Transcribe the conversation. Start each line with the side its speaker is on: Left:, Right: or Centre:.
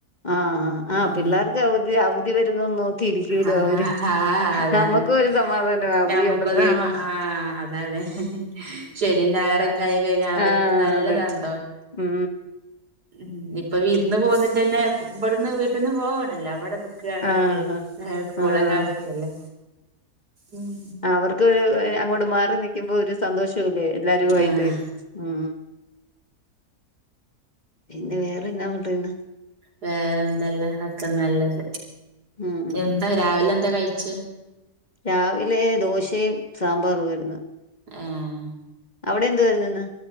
Left: ആഹ് ആഹ് ആഹ്
Right: ഉം
Left: പിള്ളേർക്ക് അവധി അവധി വരുന്നോന്ന് നോക്കിയിരിക്കൂലോ
Right: ആഹ്
Left: അവര്
Right: അതാണ്
Left: നമ്മുക്കും ഒരു സമാധാനം അവധി
Right: ഞമ്മ
Left: ഉണ്ടെന്ന്
Right: <unintelligible>
Left: കേൾക്കും
Right: ആ അതാണ് ശനിം ഞായറക്കായി കഴിഞ്ഞാൽ അവര്ക്ക്
Left: ആഹ്
Right: നല്ലതാണ്
Left: അതെ ഉം
Right: ഉം ഇപ്പൊ വിരുന്ന് പോന്നിട്ടന്നെ ഇവിടുന്ന് വീട്ട്ന്ന് പോവണല്ലോ അവടെപൊ നിക്കാ പർഞ്ഞിട്ടെയ്
Left: ആഹ്
Right: ഹെ സ്കൂളൊക്കെ
Left: ആഹ്
Right: അവധിയല്ലേ ഉം
Left: അവർക്ക് ഒരു എഹ് അങ്ങോട്ട് മാറി നിക്കുമ്പോ ഒരു സന്തോഷല്ലേ എല്ലാരു ആയിട്ട്
Right: ആഹ്
Left: ഉം പിന്നെ വേറെന്നാ പറയ്ന്ന്
Right: വേറെ എന്തെല്ലാ ഒക്ക നല്ലത്
Left: ഉം ഉം
Right: എന്താ രാവിലെന്താ കഴിച്ചേ
Left: രാവിലെ ദോശയും സാമ്പാറുവാര്ന്നു
Right: ആഹ്
Left: അവിടെ എന്തുവാ ഇന്നിന്ന്